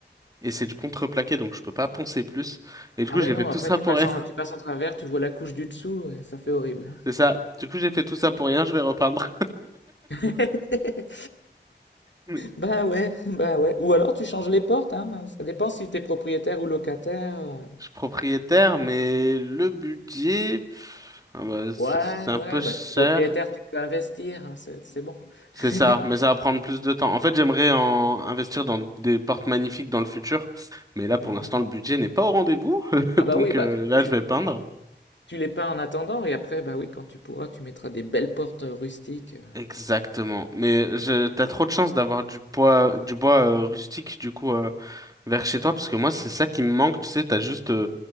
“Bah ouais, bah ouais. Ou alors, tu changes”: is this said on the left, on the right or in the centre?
Left